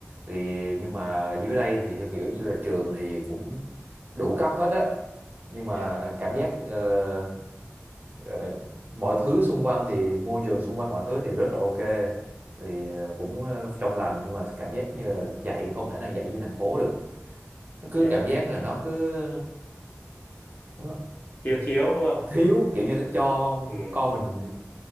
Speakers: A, on the right; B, on the left.
A: Thì nhưng mà dưới đây thì theo kiểu như là trường thì cũng đủ cấp hết á, nhưng mà
B: nhà
A: cảm giác ờ, ờ, mọi thứ xung quanh thì môi trường xung quanh mọi thứ thì rất là ok thì ờ, cũng ờ, trong lành nhưng mà cảm giác như là dạy không thể nào dạy như thành phố được nó cứ
B: nhà
A: cảm giác là nó cứ nó
B: thiếu thiếu đúng không
A: thiếu kiểu như nó cho
B: ừ
A: con mình